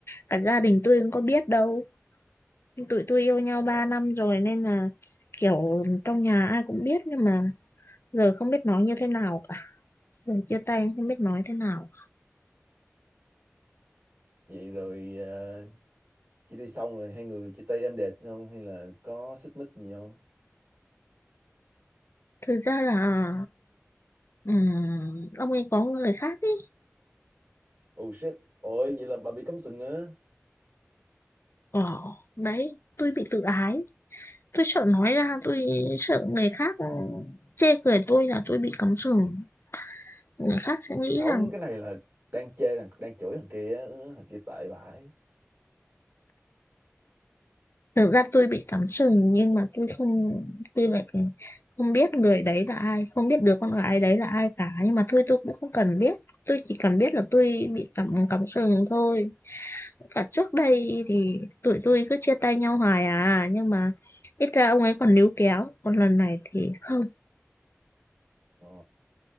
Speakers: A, on the left; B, on the right.
A: Cả gia đình tôi cũng có biết đâu. tụi tôi yêu nhau
B: ồ,
A: 3 năm rồi nên là kiểu trong nhà ai cũng biết nhưng mà giờ không biết nói như thế nào cả giờ chia tay không biết nói thế nào
B: vậy rồi ờ, chia tay xong rồi hai người chia tay êm đẹp không? Hay là có xích mích gì không?
A: thực ra là ừm, ông ấy có người khác ý
B: Oh shit. Ôi vậy là bà bị cấm sừng á.
A: ờ đấy tôi bị tự ái tôi sợ nói ra tôi sợ người khác ừ, chê cười tôi là tôi bị cắm sừng người khác sẽ nghĩ
B: Không,
A: rằng
B: cái này là đang chê, thằng- đang chửi thằng kia á. Ừ, Thằng kia tệ vãi.
A: Thực ra tôi bị cắm sừng nhưng mà tôi không tôi lại không biết người đấy là ai, không biết đứa con gái đấy là ai cả nhưng mà thôi tôi cũng không cần biết. Tôi chỉ cần biết là tôi bị cắm cắm sừng thôi. Cả trước đây thì tụi tôi cứ chia tay nhau hoài à nhưng mà ít ra ông ấy còn níu kéo, còn lần này thì không,
B: Ồ.